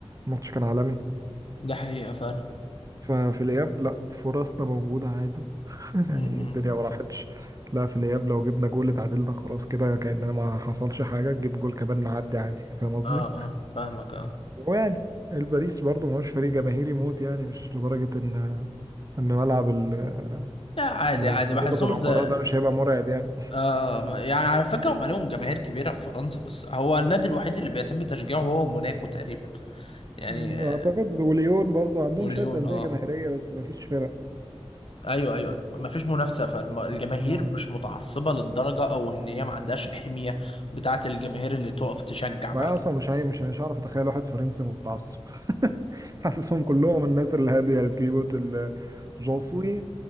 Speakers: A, on the right (about 35°); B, on the left (about 60°).
A: الماتش كان عالمي
B: ده حقيقة فعلا
A: ففي الإياب لأ فرصنا موجودة عادي <laughs>
B: مم.
A: يعني الدنيا ما راحتش لا في الإياب لو جبنا جول اتعادلنا خلاص كده كأننا ما حصلش حاجة نجيب جول كمان نعدي عادي فاهم قصدي؟
B: اه اه فاهمك اه
A: ويعني الباريس برضه مش فريق جماهيري موت يعني مش لدرجة ان ان ملعب ال-
B: لا عادي
A: آه،
B: عادي
A: حديقة
B: بحسهم
A: الامراء
B: زي
A: ده مش هيبقى مرعب يعني
B: آه آه. يعني على فكرة هم لهم جماهير كبيرة في فرنسا بس هو النادي الوحيد اللي بيتم تشجيعه هو موناكو تقريبا يعني
A: أمم،
B: آه،
A: اعتقد وليون برضه عندهم
B: وليون
A: شوية أندية
B: اه
A: جماهيرية بس مفيش فرق
B: ايوه ايوه ما فيش منافسه فالجماهير
A: أمم.
B: مش متعصبه للدرجه او ان هي ما عندهاش الحميه بتاعه الجماهير اللي تقف تشجع بقى
A: بقى اصلا مش هي مش مش هعرف اتخيل واحد فرنسي متعصب <laughs> حاسسهم كلهم الناس الهادية الكيوت الجوسوي